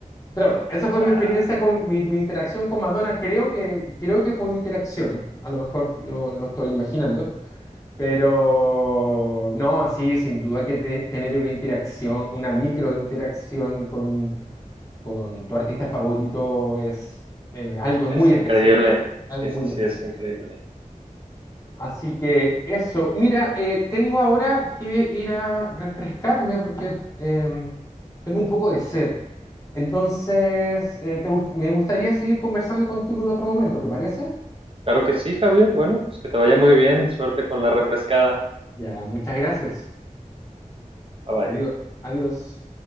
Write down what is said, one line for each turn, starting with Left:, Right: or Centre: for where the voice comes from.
Left: Pero bueno, esa fue
Right: cha,
Left: mi experiencia con mi, mi interacción con Madonna. Creo que, creo que fue una interacción, a lo mejor no lo estoy imaginando, pero no, sí, sin duda que te- tener una interacción, una microinteracción con con tu artista favorito es eh, algo
Right: es
Left: muy
Right: increíble,
Left: especial, algo
Right: sí,
Left: muy
Right: sí, sí,
Left: especial.
Right: es increíble.
Left: Así que eso, mira, eh, tengo ahora que ir a refrescarme porque em, tengo un poco de sed. Entonces, eh, te gust- me gustaría seguir conversando contigo en otro momento, ¿te parece?
Right: Claro que sí, Javier. Bueno, pues que te vaya muy bien. Suerte con la refrescada.
Left: Ya, muchas gracias.
Right: Bye bye.
Left: Adiós, adiós.